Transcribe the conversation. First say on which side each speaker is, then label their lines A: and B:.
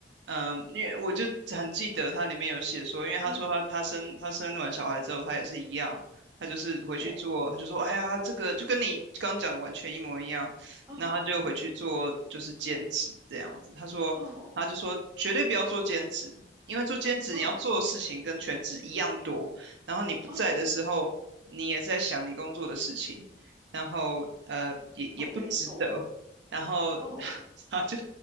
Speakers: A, on the right; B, on the right.
A: 嗯，因为我就很记得他里面有写说，因为他说他他生他生完小孩之后，
B: 嗯，
A: 他也是一样，他就是回去做，
B: 对，
A: 他就说，哎呀，这个就跟你刚讲的完全一模一样，
B: 哦
A: 那他就回去做就是兼职这样子。他说，
B: 哦
A: 他就说绝对不要做兼职，因为做兼职你要做的事情跟全职一样多，
B: 哦
A: 然后你不在的时候，
B: 哦
A: 你也在想你工作的事情，然后呃也也不值得，
B: 哦，没错，
A: 然后
B: 哦，
A: <laughs> 他就。